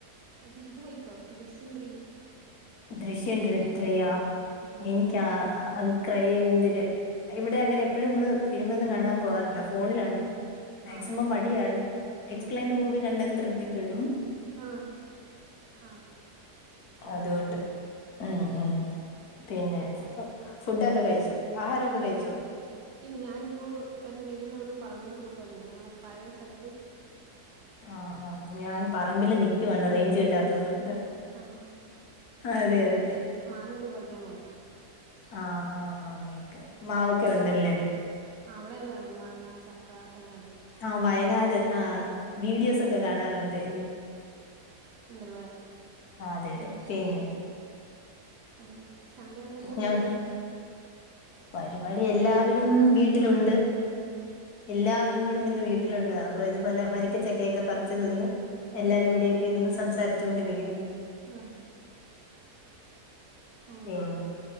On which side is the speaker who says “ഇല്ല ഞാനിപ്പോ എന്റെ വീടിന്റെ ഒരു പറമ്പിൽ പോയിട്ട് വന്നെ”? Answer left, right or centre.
Right